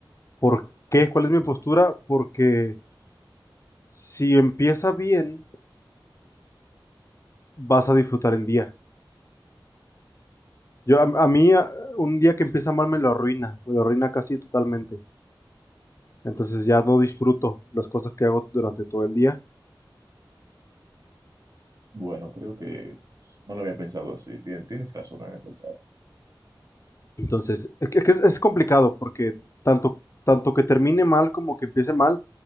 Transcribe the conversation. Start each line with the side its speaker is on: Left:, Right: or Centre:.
Left: ¿Por qué? ¿Cuál es mi postura? Porque si empieza bien, vas a disfrutar el día. Yo, a, a mí, a- un día que empieza mal me lo arruina, me lo arruina casi totalmente. Entonces ya no disfruto las cosas que hago durante todo el día.
Right: Bueno, creo que es- no lo había pensado así. Tien- Tienes razón en esa parte.
Left: Entonces, es, que es, es complicado porque tanto, tanto que termine mal como que empiece mal,